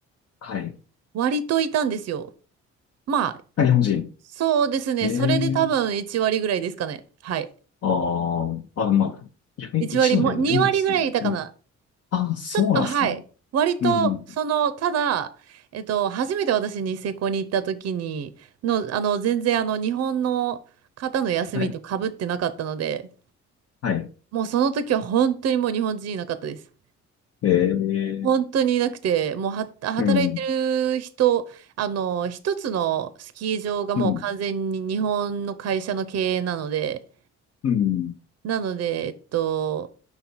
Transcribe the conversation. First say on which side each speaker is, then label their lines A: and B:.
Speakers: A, on the left; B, on the right.
A: はい。
B: 割といたんですよ。まあ、
A: あ、日本人。
B: そうですね、
A: ええ
B: それで多分1割ぐらいですかね。はい。
A: ああ、あ、まあ、いや1割いるんですね。
B: 1割も、2割ぐらいいたかな。
A: うん、ああ、そうなんですね。
B: ちょっと、はい。割と、
A: うん、
B: その、ただ、えっと、初めて私ニセコに行った時に、の、あの、全然あの、日本の方の休みとかぶってなかったので、
A: はい、はい。
B: もうその時は本当にもう日本人いなかったです。
A: ええ
B: 本当にいなくて、もうは、働いてる人、
A: うん、
B: あの、一つのスキー場がもう完全に日本の会社の経営なので、
A: うん、うん、
B: なので、えっと、